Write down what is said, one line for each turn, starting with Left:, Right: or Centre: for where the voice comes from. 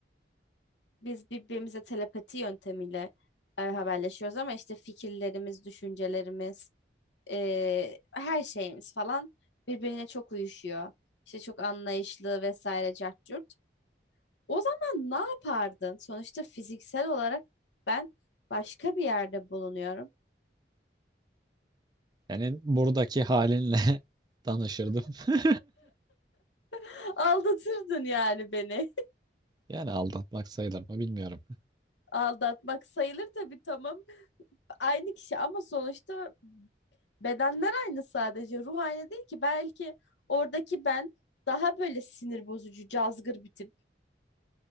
Left: biz birbirimize telepati yöntemiyle e, haberleşiyoruz ama işte fikirlerimiz, düşüncelerimiz, e, her şeyimiz falan birbirine çok uyuşuyor. İşte çok anlayışlı vesaire cart curt. O zaman ne yapardın? Sonuçta fiziksel olarak ben başka bir yerde bulunuyorum.
Right: Yani buradaki halinle <laughs> tanışırdım. <laughs>
Left: <laughs> Aldatırdın yani beni.
Right: Yani aldatmak sayılır mı bilmiyorum.
Left: <laughs> Aldatmak sayılır tabii tamam. Aynı kişi ama sonuçta Bedenler aynı sadece. Ruh aynı değil ki. Belki oradaki ben daha böyle sinir bozucu, cazgır bir tip.